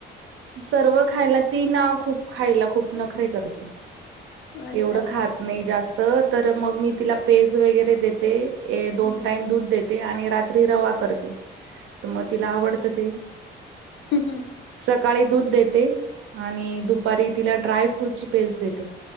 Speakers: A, on the right (about 85°); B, on the left (about 70°).
A: सर्व खायला ती ना खूप खायला खूप नखरे करते.
B: अच्छा
A: एवढं
B: मग
A: खात नाही जास्त तर मग मी तिला पेज वगैरे देते. ए
B: हम्म
A: दोन टाईम दूध देते आणि रात्री रवा करते. त म तिला आवडतं ते
B: हम् हम्
A: सकाळी दूध देते आणि दुपारी तिला ड्राय फ्रूटची पेस्ट देते.